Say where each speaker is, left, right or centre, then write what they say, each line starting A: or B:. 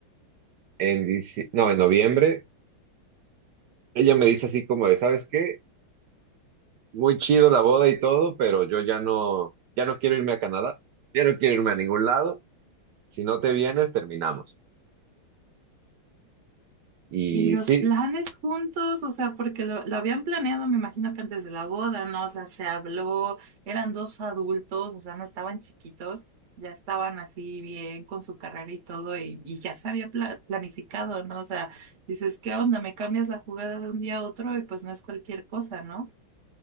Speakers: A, on the right; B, on the right.
A: en dici- no, en noviembre, ella me dice así como de, ¿sabes qué? Muy chido la boda y todo, pero yo ya no, ya no quiero irme a Canadá, ya no quiero irme a ningún lado, si no te vienes, terminamos. Y
B: Y los
A: sí,
B: planes juntos, o sea, porque lo, lo habían planeado, me imagino que antes de la boda, ¿no? O sea, se habló, eran dos adultos, o sea, no estaban chiquitos, ya estaban así bien con su carrera y todo, y, y ya se había pla- planificado, ¿no? O sea, dices, ¿qué onda? Me cambias la jugada de un día a otro y pues no es cualquier cosa, ¿no?